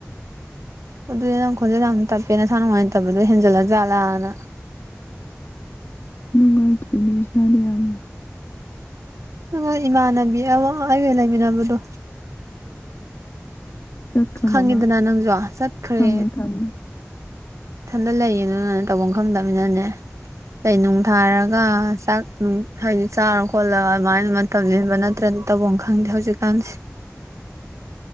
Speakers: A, on the right (about 80°); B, on the left (about 50°).
A: ꯑꯗꯨꯗꯤ ꯅꯪ ꯈꯣꯟꯖꯦꯜ ꯌꯥꯝ ꯇꯞꯄꯦ ꯅꯁꯥ ꯅꯨꯡꯉꯥꯏ ꯇꯕꯗꯣ ꯍꯦꯟꯖꯜꯂ ꯆꯥꯠꯂꯥꯅ
B: ꯅꯨꯡꯉꯥꯏꯇ꯭ꯔꯤꯅꯦ ꯏꯁꯥꯗꯤ ꯌꯥꯝꯅ꯫
A: ꯅꯉꯣꯏ ꯏꯃꯥꯟꯅꯕꯤ ꯑꯃ ꯑꯩꯒ ꯂꯩꯃꯤꯟꯅꯕꯗꯣ
B: ꯆꯠꯈ꯭ꯔꯕꯣ
A: ꯈꯪꯉꯤꯗꯅ
B: ꯃꯥ
A: ꯅꯪꯁꯨ ꯆꯠꯈ꯭ꯔꯦ
B: ꯈꯪꯉꯦ ꯈꯪꯉꯦ
A: ꯏꯊꯟꯗ ꯂꯩꯌꯦ ꯑꯗꯨ ꯅꯅ ꯇꯧꯐꯝ ꯈꯪꯗꯕꯅꯤꯅꯅꯦ ꯂꯩꯩꯅꯨꯡ ꯊꯥꯔꯒ ꯆꯥꯛ ꯅꯨꯡ ꯍꯥꯏꯗꯤ ꯆꯥꯔ ꯈꯣꯠꯂꯒ ꯑꯗꯨꯃꯥꯏꯅ꯫ ꯇꯧꯂꯕ ꯅꯠꯇ꯭ꯔꯗꯤ ꯇꯧꯐꯝ ꯈꯪꯗꯦ ꯍꯧꯖꯤꯛꯀꯥꯟꯁꯦ